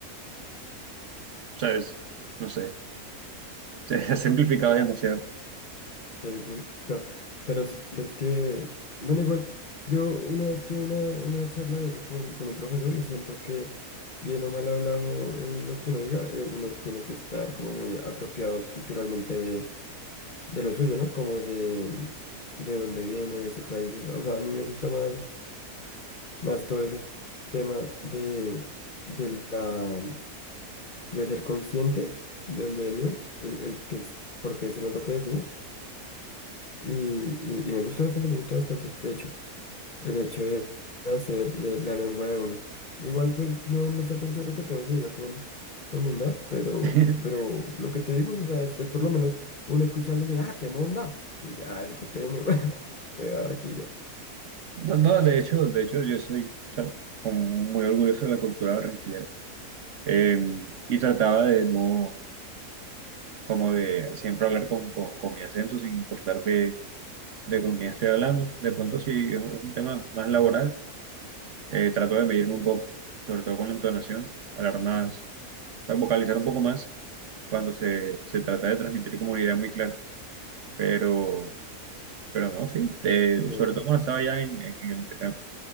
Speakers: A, on the right; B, on the left.
A: O sea, es, no sé, <laughs> se ha simplificado demasiado.
B: se simplifico. Pero sí, es que, bueno, igual, yo una vez tuve una, una charla de eso con, con un profesor y siento que, bien o mal hablado, eh, lo que uno diga, eh, uno tiene que estar como muy apropiado culturalmente de, de lo suyo, ¿no? Como de, de dónde viene, de sus raíces. O sea, a mí me gusta más, más todo ese tema de, de la de ser consciente de dónde venimos, el, el que es, por qué decimos lo que decimos. Y, y- y me gusta bastante, me gusta bastante. De hecho, el hecho de hacer le- la lengua de uno. Igual pues no, no está tan chévere que todo se diga con, con mondá, pero,
A: <laughs>
B: pero lo que te digo, o sea, es, es por lo menos uno escucha a alguien de, ah, qué monda. Y dice, ah, ese costeño, <laughs> de Barranquilla.
A: No, no, de hecho, de hecho, yo soy, o sea, como muy orgulloso de la cultura barranquillera. Eh, y trataba de no, como de siempre hablar con, con, con mi acento, sin importar de, de con quién estoy hablando. De pronto, si es, un es un tema más laboral, eh, trato de medirme un poco, sobre todo con la entonación, hablar más, o sea, vocalizar un poco más cuando se, se trata de transmitir como una idea muy clara. Pero Pero no, sí, eh,
B: Ok.
A: sobre todo cuando estaba ya en, en- en el intercambio.